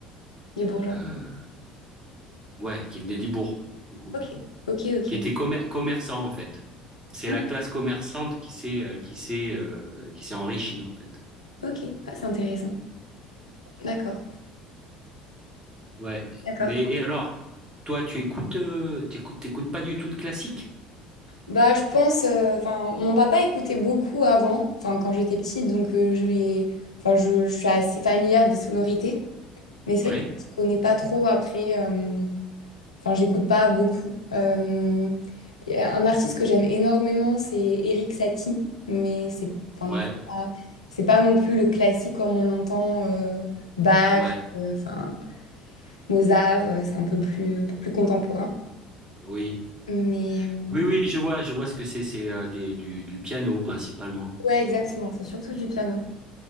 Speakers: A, on the left (about 85°); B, on the right (about 25°).
A: les bourgeois.
B: euh, ouais, qui venait des bourgs, du coup,
A: Ok, ok, ok.
B: qui était commer- commerçant en fait. C'est
A: Mm,
B: la classe commerçante qui s'est euh, qui s'est euh, qui s'est enrichie en fait.
A: Ok, Ah, c'est intéressant. D'accord.
B: Ouais.
A: D'accord.
B: Mais et alors, toi, tu écoutes, euh, t'écoutes, t'écoutes pas du tout de classique?
A: Bah, je pense, euh, enfin, mon papa écoutait beaucoup avant, enfin, quand j'étais petite, donc euh, je l'ai- enfin, je, je suis assez familière des sonorités, mais c'est
B: Oui.
A: vrai que je connais pas trop après, euh, enfin, j'écoute pas beaucoup. Euh, y a un artiste que j'aime énormément, c'est Eric Satie, mais c'est, enfin,
B: Ouais,
A: c'est pas, c'est pas non plus le classique comme on l'entend, euh, Bach,
B: ouais,
A: euh, enfin, Mozart, euh, c'est un peu plus, un peu plus contemporain.
B: oui.
A: Mais euh,
B: Oui, oui, je vois, je vois ce que c'est. C'est euh, des, du, du piano principalement.
A: ouais, exactement, c'est surtout du piano.